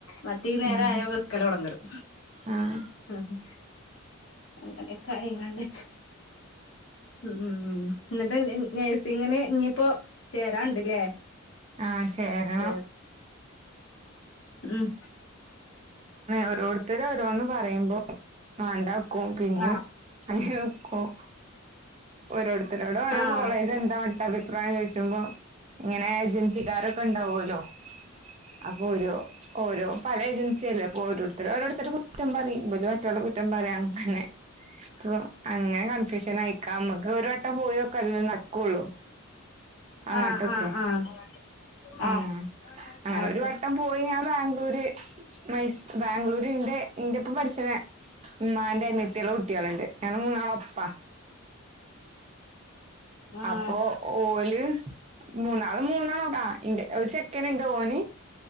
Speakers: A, on the left; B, on the right.
A: മറ്റേ ഈ നേരായാ
B: ആഹ്
A: വെ കലോടങലും
B: ആഹ്
A: ങ്ഹ് അങ്ങനെ ക്കായിങ്ങാട് ഇഹ് മ് എന്നിട്ട് നേസിങ്ങിന് ഇനിയിപ്പോ ചേരാൻണ്ട്ല്ലേ
B: ആഹ് ചേരണം
A: ശരി ഉ ഉ
B: ഓരോർത്തര് ഓരോന് പറയ്ബോ മാണ്ടാക്കും പിന്നിം
A: ആഹ്
B: അയ്ന്ക്കും ഓരോർത്തരോട്‌ ഓരോ
A: ആഹ്
B: കോളേജ് എന്താ ചുമ്പോ ഇങ്ങനെദ് ഏജൻസിക്കാരൊക്കെ ണ്ടാവോല്ലോ. അപ്പൊ ഓരോ ഓരോ പല ഏജൻസി അല്ലെ. ഓരോർത്തര് ഓരോര്ത്തരെ കുറ്റം പറയിം. ഇബല് മറ്റോലെ കുറ്റം പറയിം അങ്ങനെ. പ്പൊ അങ്ങനെ കൺഫ്യൂഷൻ ആയിരി ക്കാം നമ്ക്ക് ഒരു വട്ടം. പോയോ കല്ല നക്കള്ളൂ അങ്ങട്ടൊക്കെ
A: ആഹ് ആഹ് ആഹ് ആഹ്
B: ങേ അങ്ങനെ
A: ആഹ്
B: ഒരു
A: ശരി
B: വട്ടം പോയി ഞാൻ ബാംഗ്ലൂര് മൈസ് ബാംഗ്ലൂര് ന്റെ ഇന്റെപ്പം പഠിച്ച്ണെ ഇമ്മാന്റെ അന്യത്ത്യാളെ കുട്ട്യാള്ണ്ട് ഞങ്ങള് മൂന്നാളും ഒപ്പാ
A: ആഹ്
B: അപ്പൊ ഓല് മൂന്നാളും മൂന്നാ നോക്ക ഇന്റെ ഒരു ചെക്കന്ണ്ട് ഓന്